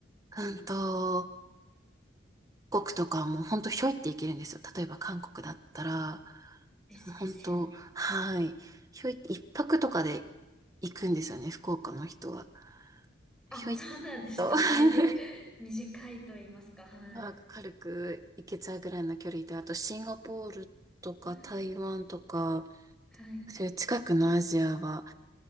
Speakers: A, on the right (about 20°); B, in the centre.
A: うんと、韓国とかも本当ひょいって行けるんですよ。例えば韓国だったら、
B: ですよね。
A: 本当、はい。ひょいって一泊とかで行くんですよね、福岡の人は。
B: あ、
A: ひょいっ
B: そうなんですか。
A: と <laughs>
B: だいぶ <laughs> 短いと言いますか。はい。
A: まあ軽く行けちゃうぐらいの距離で、あとシンガポールとか台湾とか、
B: うん。はい。
A: そういう近くのアジアは